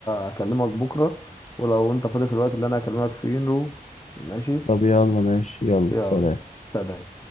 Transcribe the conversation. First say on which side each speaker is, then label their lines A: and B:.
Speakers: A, on the left; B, on the left.
A: هكلمك بكره ولو انت فاضي في الوقت اللي انا هكلمك فيه نروح ماشي
B: طب يلا ماشي يلا
A: يلا
B: سلام
A: سلام